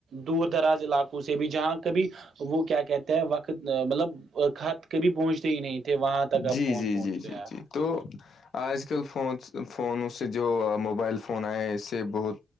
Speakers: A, on the right; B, on the left.
A: دور دراز علاقوں سے بھی جہاں کبھی وہ کیا کہتے ہیں وقت مطلب خط کبھی پہنچتے ہی نہیں تھے وہاں تک آپ
B: جی
A: فون
B: جی
A: پہنچ
B: جی جی
A: گیا
B: جی تو آج کل فون فونوں سے جو موبائل فون آئے اس سے بہت